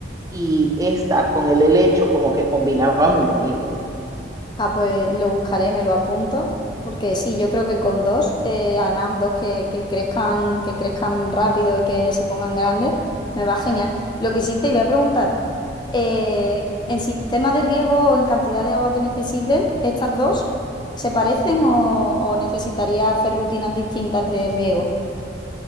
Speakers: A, on the right; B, on the left.
A: y esta con el helecho como que combinaba muy bonito.
B: Ah, pues lo buscaré, me lo apunto, porque sí, yo creo que con dos, eh, además dos que, que crezcan, que crezcan rápido y que se pongan grandes, me va genial. Lo que sí te iba a preguntar, eh, en sistema de riego o en cantidad de agua que necesiten, ¿estas dos se parecen o, o necesitaría hacer rutinas distintas de riego?